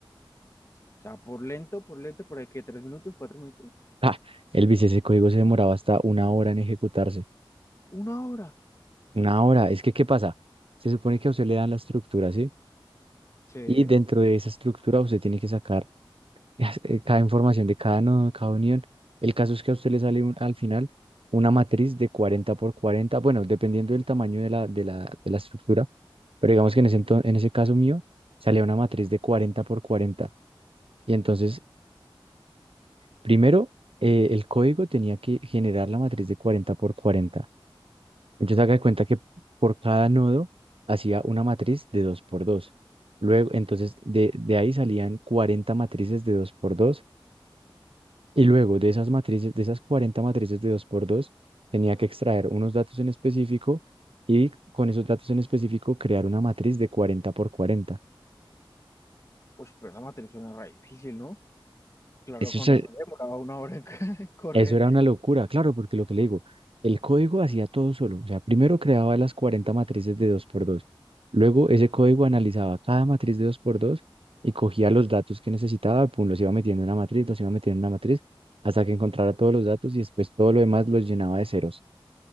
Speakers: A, on the left; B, on the right.
A: O sea, por lento, por lento, por ahí que tres minutos, cuatro minutos,
B: Ah, Elvis, ese código se demoraba hasta una hora en ejecutarse.
A: una hora.
B: Una hora. Es que, ¿qué pasa? Se supone que a usted le dan la estructura, ¿sí?
A: Sí,
B: Y dentro de esa estructura usted tiene que sacar <laughs> eh, cada información de cada nodo, cada unión. El caso es que a usted le sale un- al final una matriz de cuarenta por cuarenta. bueno, dependiendo del tamaño de la, de la, de la estructura, pero digamos que en ese, ento- en ese caso mío salía una matriz de 40 por 40. Y entonces, primero, eh, el código tenía que generar la matriz de 40 por 40. Entonces haga de cuenta que por cada nodo hacía una matriz de 2 por dos Luego, entonces de, de ahí salían 40 matrices de 2 por 2 y luego de esas matrices, de esas 40 matrices de 2 por 2 tenía que extraer unos datos en específico y con esos datos en específico crear una matriz de cuarenta por cuarenta
A: pues pero esa materia suena re difícil, ¿no? Claro,
B: Eso
A: con
B: es,
A: razón, demoraba una hora en <laughs> correr.
B: Eso era una locura, claro, porque lo que le digo, el código hacía todo solo. O sea, primero creaba las 40 matrices de dos por dos, Luego ese código analizaba cada matriz de dos por dos y cogía los datos que necesitaba, pum, los iba metiendo en una matriz, los iba metiendo en una matriz, hasta que encontrara todos los datos y después todo lo demás los llenaba de ceros.